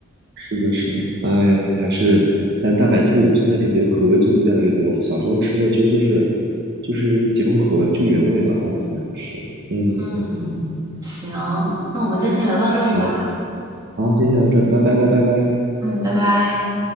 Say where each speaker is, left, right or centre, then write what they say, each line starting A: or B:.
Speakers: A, on the right; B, on the right.
A: 是的，是的，哎呀，还是还有大白兔，现在感觉口味做的越来越多了。小时候吃的其实就是就是几种口味，就原味嘛，大部分还是。嗯，
B: 嗯，行，那我们今天先聊到这里吧。
A: 好，好，今天先到这儿，拜拜，拜拜，拜。
B: 嗯，拜拜。